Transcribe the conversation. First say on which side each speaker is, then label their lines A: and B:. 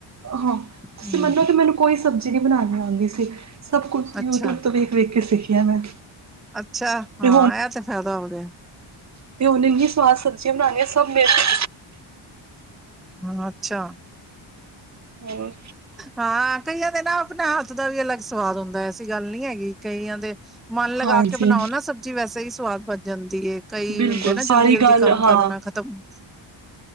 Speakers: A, on the right (about 35°); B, in the centre.
A: ਹਾਂ ਤੁਸੀਂ
B: ਹੂੰ
A: ਮੰਨੋ ਕਿ ਮੈਨੂੰ ਕੋਈ ਸ ਜਿਹੜੀ ਬਣਾਉਣੀ ਆਉਂਦੀ ਸੀ ਸਭ ਕੁਛ ਯੂਟਿਊਬ
B: ਅੱਛਾ
A: ਤੋਂ ਵੇਖ ਵੇਖ ਕੇ ਸਿੱਖ ਗਿਆ ਮੈਂ
B: ਅੱਛਾ
A: ਤੇ
B: ਹਾਂ ਇਹ ਤੇ ਫਾਇਦਾ ਹੋ ਗਿਆ
A: ਅਤੇ ਉਹਨੇੰ ਵੀ ਸਵਾਦ ਸਬਜ਼ੀਆਂ ਬਣਾਉਣੀਆਂ ਸਭ ਮੇ ਸ।
B: ਹ ਅੱਛਾ
A: ਹੈ। ਹੋਰ
B: ਹਾਂ। ਕਈਆਂ ਦੇ ਨਾ ਆਪਣੇ ਹੱਥ ਦਾ ਵੀ ਅਲੱਗ ਸਵਾਦ ਹੁੰਦਾ ਐਸੀ ਗੱਲ ਨੀ ਹੈਗੀ। ਕਈਆਂ ਦੇ ਮਨ ਲਗਾ
A: ਹਾਂਜੀ
B: ਕੇ ਬਣਾਓ ਨਾ ਸਬਜ਼ੀ ਵੈਸੇ ਹੀ ਸਵਾਦ ਬਚ ਜਾਂਦੀ ਏ ਕਈ
A: ਬਿਲਕੁਲ
B: ਹੁੰਦੇ ਨਾ
A: ਸਾਰੀ
B: ਜਲਦੀ ਜਲਦੀ
A: ਗੱਲ
B: ਕੰਮ
A: ਹਾਂ
B: ਕਰਨਾ ਖਤਮ।